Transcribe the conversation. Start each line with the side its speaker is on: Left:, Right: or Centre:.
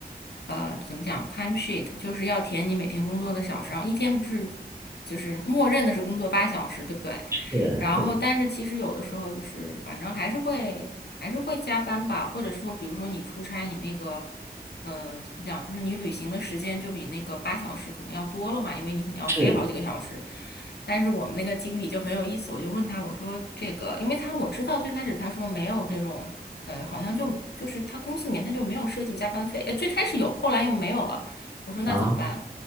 Left: 呃，怎么讲，time sheet，就是要填你每天工作的小时，然后一天不是就是默认的是工作八小时，对不对？
Right: 是
Left: 然后但是其实有的时候就是反正还是会还是会加班吧，或者说比如说你出差，你那个，呃，怎么讲，就是你旅行的时间就比那个八小时可能要多了嘛，因为你可能要飞好几个小时。
Right: 是
Left: 但是我们那个经理就很有意思，我就问他，我说这个，因为他我知道最开始他说没有这种，呃，好像就就是他公司里面他就没有设计加班费，呃，最开始有，后来又没有了。我说那怎么办？
Right: 啊，